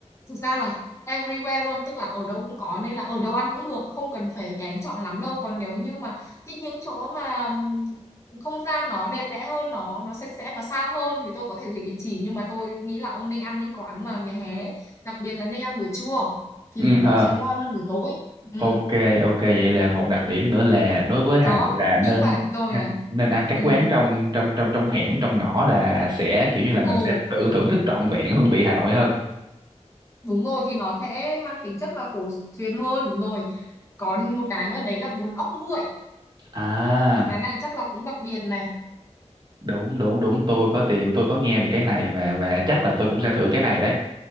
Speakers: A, on the left; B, on the right.
A: thực ra là everywhere luôn tức là ở đâu cũng có nên là ở đâu ăn cũng được không cần phải kén chọn lắm đâu còn nếu như mà thích những chỗ mà ừm, không gian nó đẹp đẽ hơn nó nó sạch sẽ nó sang hơn thì tôi có thể gửi địa chỉ nhưng mà tôi nghĩ là ông nên ăn những quán mà vỉa hè ấy. đặc biệt là nên ăn buổi trưa thì
B: ừ
A: bún
B: hờ
A: đậu sẽ ngon hơn buổi tối ừ
B: ok ok vậy là một đặc điểm nữa là đối với Hà
A: đó
B: Nội là nên
A: nhưng mà rồi này
B: nên ăn các
A: ừ
B: quán trong trong trong trong hẻm trong ngõ là sẽ kiểu như là mình
A: ồ
B: sẽ tự thưởng thức trọn vẹn hương vị Hà Nội hơn
A: đúng rồi thì nó sẽ mang tính chất là cổ truyền hơn rồi còn một cái nữa đấy là bún ốc nguội
B: à
A: cái này chắc là cũng đặc biệt này
B: đúng đúng đúng tôi có tìm tôi có nghe về cái này và và chắc là tôi cũng sẽ thử cái này đấy